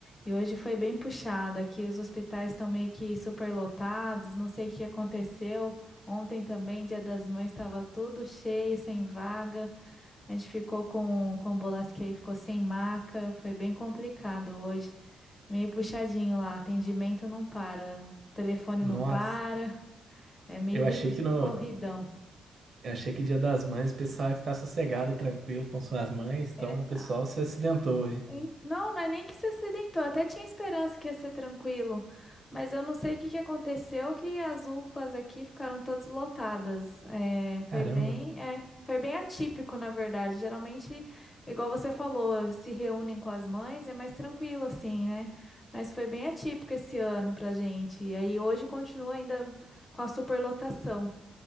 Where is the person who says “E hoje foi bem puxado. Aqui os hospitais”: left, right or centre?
Left